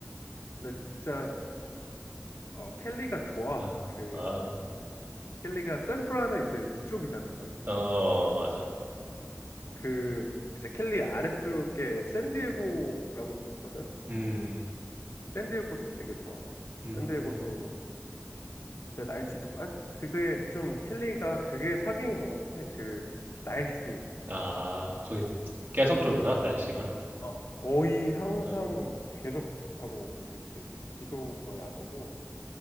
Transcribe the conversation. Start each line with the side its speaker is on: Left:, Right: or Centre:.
Left: 근데 진짜 어, 켈리가 좋아.
Right: 아,
Left: 그
Right: 아.
Left: 켈리가 샌프란은 이제 위쪽이잖아.
Right: 어, 맞아.
Left: 그 이제 켈리 아래쪽에 샌디에고라고도 있거든.
Right: 음.
Left: 샌디에고도 되게 좋아.
Right: 음.
Left: 샌디에고도 진짜 날씨 좋고 아, 그게 좀 켈리가 그게 사기인 것 같아. 그 날씨
Right: 아, 거기 계속 좋나? 날씨가?
Left: 어, 거의 항상
Right: 어,
Left: 계속 좋다고 볼 수 있지. 그 비도 거의 안 오고.